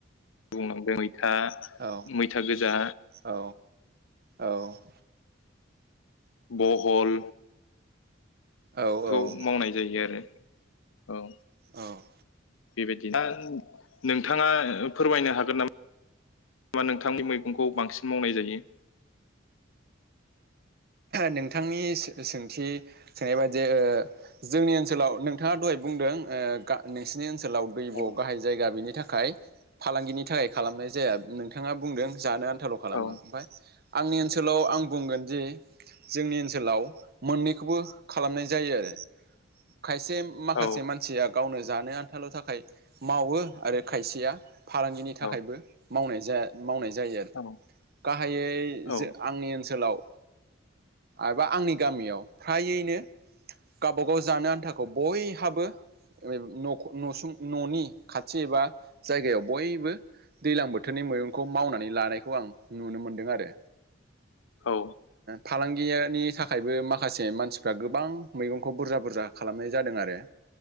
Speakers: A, on the left; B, on the right.
A: बुंलांदों मैथा।
B: औ
A: मैथा गोजा
B: औ औ।
A: बहल
B: औ
A: बे खौ मावनाय जायो आरो औ।
B: औ।
A: बेबायदिा नोंथाङा फोरमायनो हागोन नामा? होमा नोंथांनि मैगंखौ बांसिन मावनाय जायो।
B: नोंथांनि सोंथि सोंनाय बाददि जोंनि ओनसोलाव नोंथाङा दहाय बुंदों, नोंसिनि ओनसोलाव ब
A: औ
B: गाहाय जायगा बेनि थाखाय फालांगिनि थाखाय खालामनाय जाया नोंथ बिथाङा बुंदों जानो आन्थाल' खालामो,
A: औ
B: ओमफफ्राय आंनि ओनसोलाव आं बुंगोन जे जोंनि ओनसोलाव मोननैखौबो खालामनाय जायो आरो, खायसे माखासे
A: औ
B: मानसिया गावनो जानो आ थाल' थाखाय मावो आरो खायसेया फालांगिनि थाखायबो
A: औ
B: मावनाय मावनाय जायो आरो।
A: औ
B: गाहायै
A: औ
B: ज आंनि ओनसोलाव एबा आंनि गामियाव फ्रायैनो गावबाागाव जानो आन्थाखौ बयहाबो नुं न'नि खाथि एबा जायगायाव बयबो दैज्लां बोथोरनि मैगंखौ मावनानै लानायखौ आं नुनो मोनदों आरो।
A: औ
B: फालांगियानि थाखायबो माखासे मानसिफ्रा गोबां मैगंखौ बुरजा बुरजा खालामनाय जादों आरो‌।